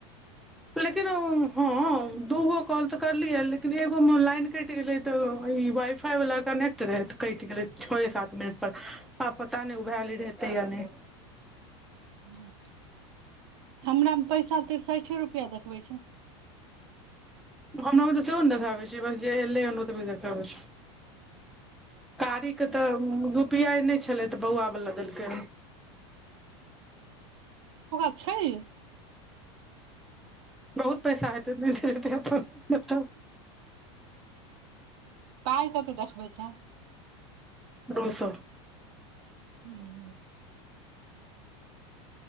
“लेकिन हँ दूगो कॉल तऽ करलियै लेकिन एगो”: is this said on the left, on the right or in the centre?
Centre